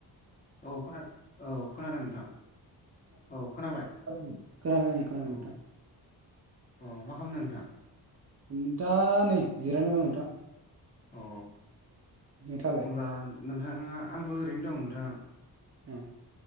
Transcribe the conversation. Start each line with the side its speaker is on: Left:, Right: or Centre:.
Left: औ खोना औ खोनादों नोंथां औ खोनाबाय
Right: ओं खोनाबाय ओं खोनाबाय
Left: औ
Right: नोंथां
Left: अ मा खालामदों नोंथां
Right: उम दा नै जिरायना दं नोंथां
Left: अ
Right: नोंथाङालाय
Left: अब्ला नोंथाङा आंबो ओरैनो दं नोंथां
Right: <inaudible>